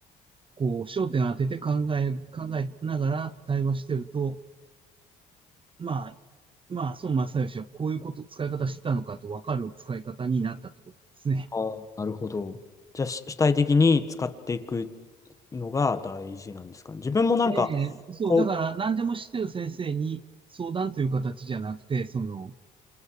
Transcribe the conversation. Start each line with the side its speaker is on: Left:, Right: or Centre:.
Right: こう、焦点を当てて考え、考えながら対話してると、まあ、まあ、孫正義はこういうこと、使い方してたのかと分かる使い方になったってことですね。
Left: あー、なるほど。じゃあ、し主体的に使っていくのが大事なんですかね。自分もなんか、
Right: ええ、そう、
Left: こう、
Right: だから何でも知ってる先生に相談という形じゃなくて、その、